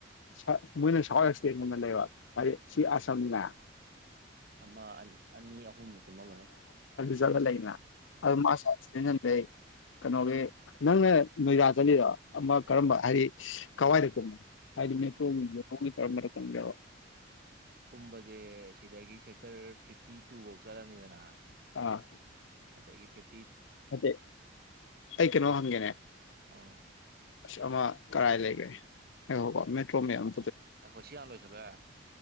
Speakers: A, on the left; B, on the right.
A: ꯁꯥ ꯃꯣꯏꯅ <unintelligible> ꯂꯩꯕ ꯍꯥꯏꯗꯤ ꯑꯁꯝꯂ
B: ꯑꯃꯥ ꯑꯅꯤ ꯑꯍꯨꯝꯃꯨꯛ ꯀꯨꯝ ꯃꯝꯃꯅꯦ
A: ꯆꯠꯂ ꯂꯩ ꯑꯗꯨ ꯃꯥꯁ <unintelligible> ꯑꯗꯩ ꯀꯩꯅꯣꯒꯤ ꯅꯪꯅꯥ ꯅꯣꯏꯗꯥ ꯆꯠꯂꯤꯗꯣ ꯑꯃ ꯀꯔꯝꯕ ꯍꯥꯏꯗꯤ ꯀꯋꯥꯏꯗ ꯀꯨꯝꯃꯦ <unintelligible> <unintelligible>
B: ꯀꯨꯝꯕꯖꯦ ꯁꯤꯗꯒꯤ ꯆꯠ ꯇꯔ ꯐꯤꯐꯇꯤ ꯇꯨ ꯐꯧ ꯆꯠꯂꯅꯤꯗꯅ
A: ꯑꯥ
B: ꯑꯗꯗꯒꯤ ꯐꯤꯐ
A: ꯅꯠꯇꯦ ꯑꯩ ꯀꯩꯅꯣꯝ ꯍꯪꯒꯦꯅꯦ
B: ꯑꯥꯎ
A: ꯑꯁ ꯑꯃ ꯀꯔꯥꯏ ꯂꯩꯒ꯭ꯔꯦ ꯉꯥꯏꯈꯣ ꯀꯣ ꯃꯦꯇ꯭ꯔꯣ ꯃꯦꯞ ꯑꯝ
B: ꯉꯥꯢꯈꯣ ꯁꯤ ꯍꯥꯟꯅ ꯂꯣꯏꯁꯟꯂꯣ ꯌꯥꯔꯦ꯫